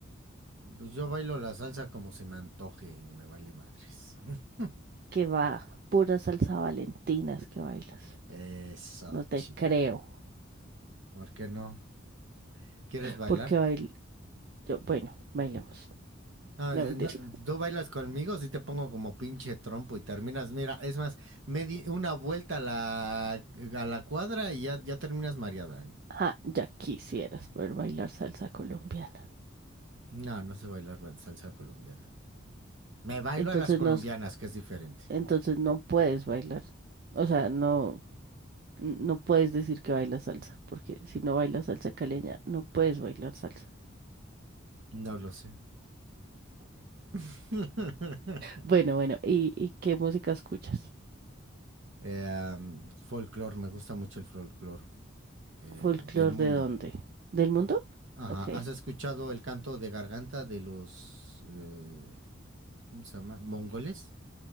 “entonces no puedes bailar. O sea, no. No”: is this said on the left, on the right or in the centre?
Right